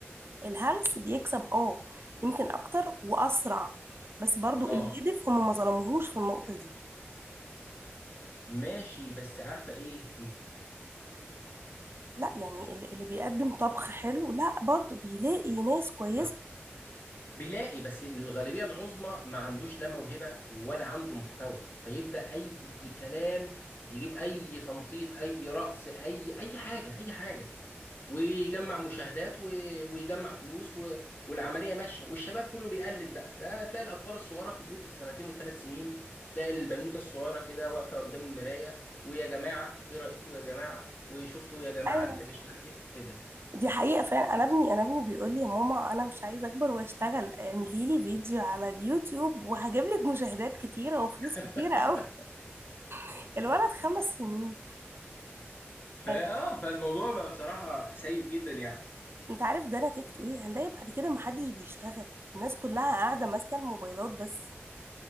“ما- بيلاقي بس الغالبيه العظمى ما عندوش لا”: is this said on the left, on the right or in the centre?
Left